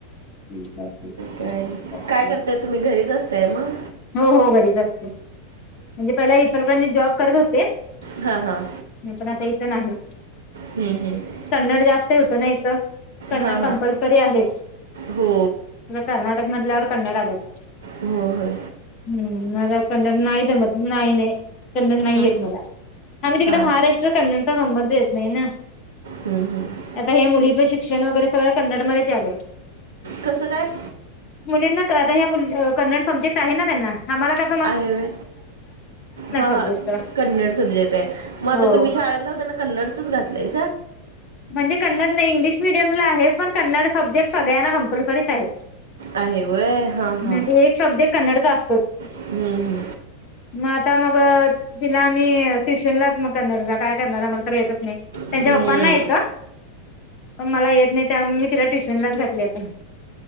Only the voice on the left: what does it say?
<unintelligible>
हो हो घरीच असते म्हणजे पहिला इतरपांचे जॉब करत होते नाही
पण आता इथं नाही
कन्नड जास्त होत ना इथ कन्नड
कंपल्सरी आहेच
कर्नाटक म्हटल्यावर कन्नड आलंच.
हम्म मला कन्नड नाही जमत नाही नाही कन्नड नाही
येत मला आम्ही तिकडे
महाराष्ट्र कन्नड चा संबंध येत नाही ना.
आता हे मुलीचं शिक्षण वगैरे सगळं कन्नड मध्ये च झालं.
मुलींना कळतं कन्नड सब्जेक्ट आहे ना त्यांना आम्हाला काय?
सब्जेक्ट
हो
म्हणजे कन्नड नाही इंग्लिश मिीडियमला आहे पण कन्नड सब्जेट सगळ्यांना कंपल्सरी आहे.
ह एक सब्जेक्ट कन्नड तर असतोच.
मग आता मग. तिला आम्ही ट्युशन लात मग करणारला काय करणार आम्हाला तर येतच नाही, या. त्यांच्या
पप्पांना
यायचं पण मला येत नाही त्यामुळे मी तिला ट्युशनलाच घातली आता